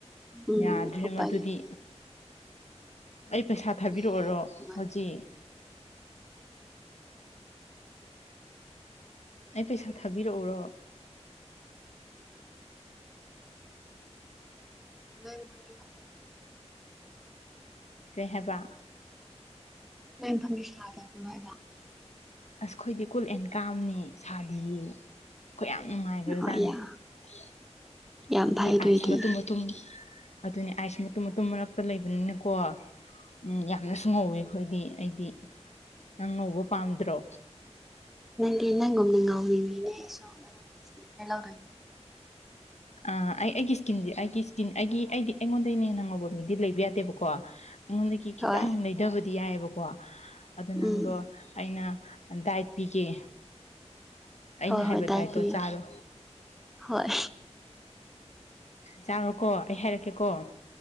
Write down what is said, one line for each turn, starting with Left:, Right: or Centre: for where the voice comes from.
Centre: ꯎꯝ
Left: ꯌꯥꯗ꯭ꯔꯦ
Centre: ꯎꯄꯥꯏ
Left: ꯃꯗꯨꯗꯤ
Centre: ꯂꯩꯇꯦ
Left: ꯑꯩ ꯄꯩꯁꯥ ꯊꯥꯕꯤꯔꯛꯑꯣꯔꯣ
Centre: ꯂꯩ ꯍꯥꯏꯕꯒꯤ ꯋꯥꯅꯤ
Left: ꯍꯧꯖꯤꯛ ꯑꯩ ꯄꯩꯁꯥ ꯊꯥꯕꯤꯔꯛꯎꯔꯣ <unintelligible>
Centre: ꯅꯣꯢ <unintelligible>
Left: ꯀꯩꯍꯥꯢꯕ
Centre: ꯅꯣꯢ ꯃꯐꯝꯗꯤ ꯁꯗꯕ꯭ꯔꯣ ꯍꯥꯢꯕ
Left: ꯑꯁꯈꯣꯏꯗꯤ ꯀꯨꯜ ꯑꯦꯟ ꯀꯥꯝꯅꯤ ꯁꯥꯗꯤꯌꯦ ꯑꯩꯈꯣꯏ ꯌꯥꯝ ꯅꯨꯡꯉꯥꯏꯈ꯭ꯔ
Centre: ꯍꯣꯏ
Left: ꯖꯥꯠꯅꯦ
Centre: ꯌꯥ
Left: ꯑꯩꯈꯣꯏꯗꯤ
Centre: ꯌꯥꯝ ꯐꯩ ꯑꯗꯨꯏꯗꯤ
Left: ꯑꯥꯏꯁ ꯃꯇꯨꯝ ꯃꯇꯨꯝ ꯑꯗꯨꯅꯦ ꯑꯥꯏꯁ ꯃꯇꯨꯝ ꯃꯇꯨꯝ ꯃꯔꯛꯇ ꯂꯩꯕꯅꯤꯅꯀꯣ ꯎꯝ ꯌꯥꯝꯅꯁꯨ ꯉꯧꯋꯤ ꯑꯩꯈꯣꯏꯗꯤ ꯑꯩꯗꯤ ꯅꯪ ꯉꯧꯕ ꯄꯥꯝꯗ꯭ꯔꯣ
Centre: ꯀꯔꯤ ꯅꯪ ꯒꯨꯝꯅ ꯉꯧꯅꯤꯡꯉꯦꯅꯦ ꯑꯩꯁꯨ ꯢꯁꯀꯤꯟ ꯀꯤꯌꯔ ꯂꯧꯗꯣꯢꯅꯦ
Left: ꯑ ꯑꯩ ꯑꯩꯒꯤ ꯏꯁꯀꯤꯟꯗꯤ ꯑꯩꯒꯤ ꯏꯁꯀꯤꯟ ꯑꯩꯒꯤ ꯑꯩꯗꯤ ꯑꯩꯉꯣꯟꯗꯩꯅ ꯍꯦꯟꯅ ꯉꯧꯕ ꯃꯤꯗꯤ ꯂꯩꯕ ꯌꯥꯗꯦꯕꯀꯣ ꯑꯩꯉꯣꯟꯗꯒꯤ ꯈꯤꯇꯪ
Centre: ꯍꯣꯏ
Left: ꯂꯩꯊꯕꯗꯤ ꯌꯥꯏꯑꯕꯀꯣ ꯑꯗꯨ ꯅꯪꯗꯣ
Centre: ꯎꯝ
Left: ꯑꯩꯅ ꯗꯥꯢꯇ ꯄꯤꯒꯦ ꯑꯩꯅ
Centre: ꯍꯣꯏ
Left: ꯍꯥꯏꯕ
Centre: ꯍꯣꯏ ꯗꯥꯏ
Left: ꯗꯥꯏꯇꯣ
Centre: ꯄꯤꯌꯣ
Left: ꯆꯥꯔꯣ
Centre: ꯍꯣꯏ
Left: ꯆꯥꯔꯣꯀꯣ ꯑꯩ ꯍꯥꯏꯔꯛꯀꯦꯀꯣ